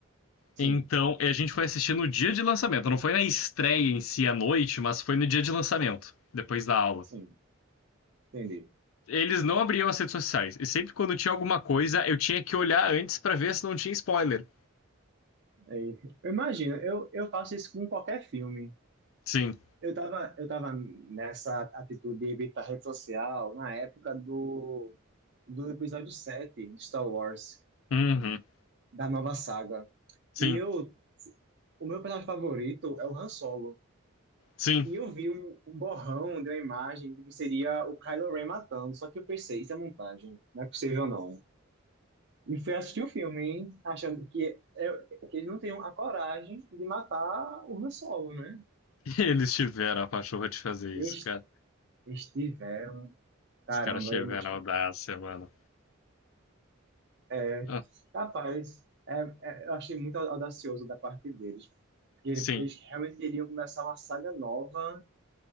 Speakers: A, on the right; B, on the left.
A: Sim,
B: Então, a gente foi assistir no dia de lançamento. Não foi na estreia em si à noite, mas foi no dia de lançamento, depois da aula.
A: sim, entendi.
B: Eles não abriam as redes sociais. E sempre quando tinha alguma coisa, eu tinha que olhar antes para ver se não tinha spoiler.
A: É, eu imagino, eu, eu faço isso com qualquer filme.
B: Sim.
A: Eu tava, eu tava nessa atitude de evitar rede social na época do, do episódio 7 de Star Wars,
B: Uhum.
A: da nova saga.
B: Sim.
A: E eu, o meu personagem favorito é o Han Solo.
B: Sim.
A: E eu vi um, um borrão de uma imagem de que seria o Kylo Ren matando, só que eu pensei, isso é montagem, não é possível não. E fui assistir o filme, hein, achando que, é, que eles não tinham a coragem de matar o Han Solo, né?
B: <laughs> Eles tiveram a pachorra de fazer
A: Eles,
B: isso, cara.
A: eles tiveram, caramba,
B: Os caras tiveram
A: eu não,
B: a audácia, mano.
A: É,
B: Ah,
A: rapaz, é, é, eu achei muito audacioso da parte deles, porque ele-
B: sim,
A: eles realmente queriam começar uma saga nova